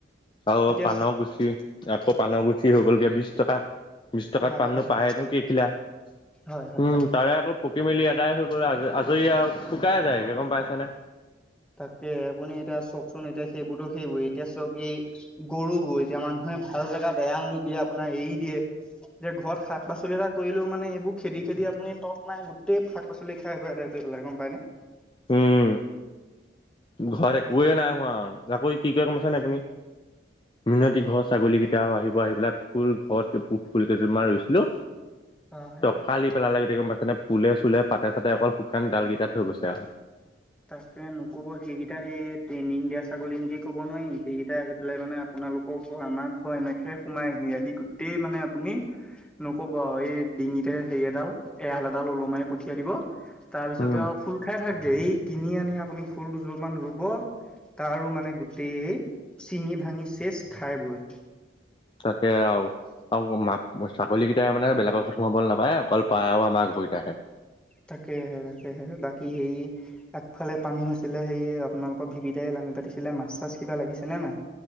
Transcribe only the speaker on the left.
আৰু
পাানৰ গুছি আকৌ পাানৰ গুচি হৈ গ'লগে বিশ টকা। বিশ টকাত
পাননো
পায়েনো
কেখিলা উম,
তাৰে আকৌ। পকি মেলি আদাই হৈ গল আজৰি আৰু শুকাই যায় গম পাইছনে।
উম, ঘৰত একোৱে নাই হোৱা আৰু আকৌ কি কৰে গম পাইছেনে নাই আপুনি, মিনতি ঘৰ ছাগলী কি। তিয়াও আহিব, আহি পেলাই ফুল ঘৰত ফুল কেইযোৰ মান ৰুইছিলো।
টফালি পেলালে আৰু গম পাইছে নে, ফুলে-চুলে পাতে- চাতে অকল শুকান ডালকেইটা থৈ গৈছে আও।
উম,
তাকে আও। আৰু ম ছাগলীকেইটাই মানে বেলেগৰ ঘৰত সোমাবলৈ নাপায়, অকল পায় আৰু আমাৰ ঘৰকেইতা হে।